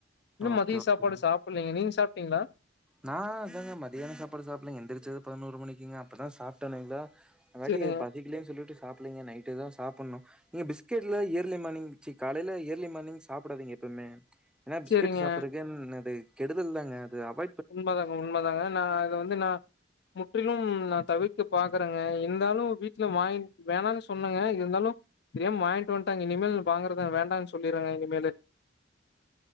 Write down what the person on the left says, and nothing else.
இன்னு
மதிய
சாப்பாடு சாப் நீங்க சாப்ட்டீங்ளா
சேரிங்க
சேரிங்க
உண்மதாங்க உண்ம தாங்க நா இத வந்து நா முற்றிலும் நா தவிர்க்க பாக்குறங்க இருந்தாலு வீட்ல வாங்கி வேணான் சொன்னங்க இருந்தாலு தெரியாம வாங்கிட்டு வந்ட்டாங்க இனிமேல் வாங்குறத நா வேண்டானு சொல்லிறேங்க இனிமேலு